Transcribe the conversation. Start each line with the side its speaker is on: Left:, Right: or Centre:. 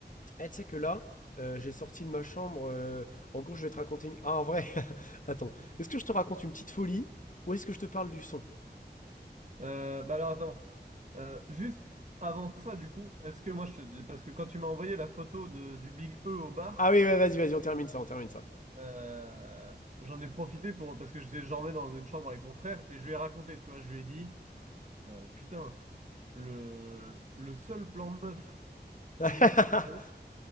Left: Eh, tu sais que là, euh, j'ai sorti de ma chambre. euh, en gros, je vais te raconter une. Ah, en vrai, <laughs> attends. Est-ce que je te raconte une petite folie ou est-ce que je te parle du son?
Right: Euh, bah alors, attends. Euh, juste avant ça, du coup, est-ce que moi, je te dis... Parce que quand tu m'as envoyé la photo de, du Big E au bar...
Left: Ah oui, ouais, vas-y, vas-y, on termine ça, on termine ça.
Right: Euh, j'en ai profité pour parce que j'étais jamais dans une chambre avec mon frère et je lui ai raconté, tu vois, je lui ai dit, euh, putain, le, le seul plan meuf qui
Left: <laughs>
Right: existe sur cette planète,